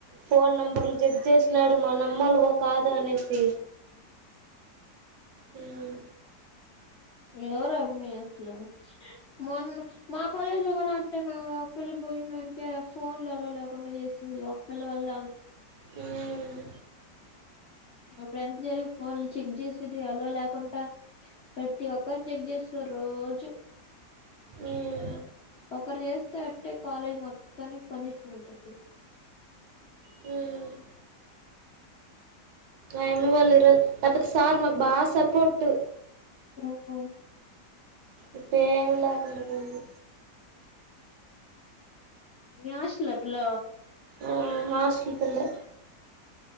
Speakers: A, on the right; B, on the left.
A: ఫోన్ నెంబర్లు జడ్జ్ చేసినాడు మన అమ్మోళ్ళవో కాదో అనేసి హ్మ్
B: ఎవరు అమ్మి అసలు మోనా మా కాలేజ్లో ఫొనట్టే మేము ఒకపిల్ల పోయినదానికీ ఫోన్లు అలో లేకుండా చేసింది ఒకపిల్ల వల్లే అం
A: హ్మ్
B: అప్పుడు ఎంత జరిగి ఫోన్లు చెక్ చేసేది అలో లేకుండా ప్రతి ఒక్కరుని చెక్ చేస్తారు రోజు
A: మ్మ్
B: ఒకరు చేస్తే అట్టే కాలేజ్ మొత్తని పనిష్మెంట్ అయితే
A: హ్మ్ ఆయమ్మ వల్ల ఈరోజ్ అప్పటి సార్ మాకు బాగా సపోట్టు
B: ఓహ
A: ఇప్పుడేం లేకుండా పోయింది
B: మీ హాస్టల్ ఆ పిల్ల
A: ఆ మా హాస్టల్ పిల్లే